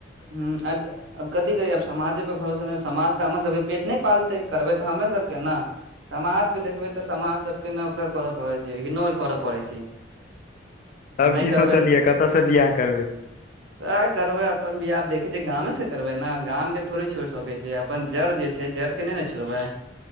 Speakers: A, on the right; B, on the left.
A: हूँ अद- आब कथि कहियै आब समाजे पर भरोसा नै समाज तऽ हमर सबके पेट नै पालतै करबै तऽ हमे सबके नऽ। समाज पे देखबै तऽ समाज सबके ने <unintelligible> करऽ पड़ैत छै इग्नोर करऽ पड़ै छै।
B: तब
A: नहि
B: की
A: करबै
B: सोचलियै
A: तऽ
B: कतऽसँ बियह करबै?
A: तऽ करबै। अपन दियाद देखै छै गामे से करबै नऽ गामके थोड़ी छोड़ सकै छियै अपन जड़ जे छै जड़के नै ने छोड़बै।